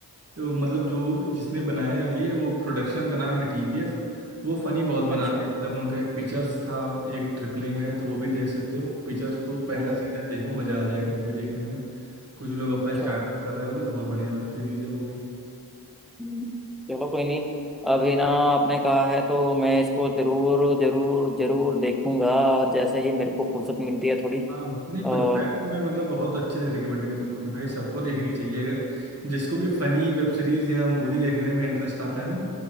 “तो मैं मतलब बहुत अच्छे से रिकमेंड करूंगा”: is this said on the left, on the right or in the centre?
Right